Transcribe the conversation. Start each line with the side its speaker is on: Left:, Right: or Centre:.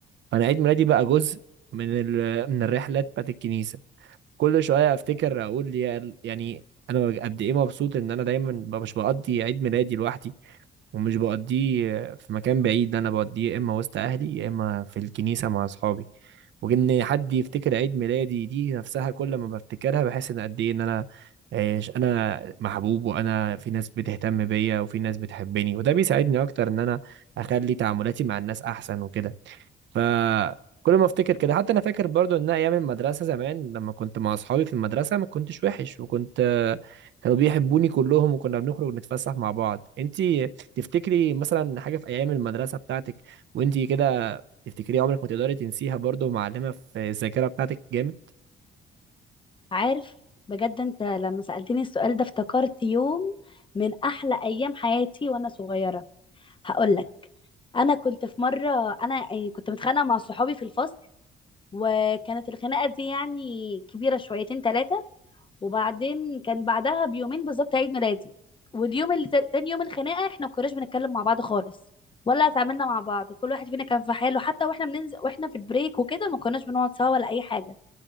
Right: فأنا عيد ميلادي بقى جزء من ال... من الرحلات بتاعت الكنيسة كل شوية أفتكر أقول يا ال- يعني أنا قد إيه مبسوط إن أنا دايما ب- مش بقضي عيد ميلادي لوحدي ومش بقضيه في مكان بعيد أنا بقضيه يا إما وسط أهلي يا إما في الكنيسة مع أصحابي وان حد يفتكر عيد ميلادي دي نفسها كل ما بفتكرها بحس ان قد ايه ان انا آه، انا محبوب وانا في ناس بتهتم بيا وفي ناس بتحبني وده بيساعدني اكتر ان انا اخلي تعاملاتي مع الناس احسن وكده فكل ما افتكر كده حتى انا فاكر برضو ان أنا ايام المدرسه زمان لما كنت مع اصحابي في المدرسه ما كنتش وحش وكنت كانوا بيحبوني كلهم وكنا بنخرج نتفسح مع بعض انتي تفتكري مثلا حاجه في ايام المدرسه بتاعتك وانتي كده تفتكريها عمرك ما تقدري تنسيها برضو معلمه في الذاكره بتاعتك جامد
Left: عارف بجد انت لما سألتني السؤال ده افتكرت يوم من احلى ايام حياتي وانا صغيرة هقول لك انا كنت في مرة انا يعني كنت متخانقة مع صحابي في الفصل وكانت الخناقة دي يعني كبيرة شويتين ثلاثة وبعدين كان بعدها بيومين بالظبط عيد ميلادي واليوم اللي تا- تاني يوم الخناقه احنا ما كناش بنتكلم مع بعض خالص ولا اتعاملنا مع بعض كل واحد فينا كان في حاله حتى واحنا بننزل واحنا في البريك وكده ما كناش بنقعد سوا ولا اي حاجه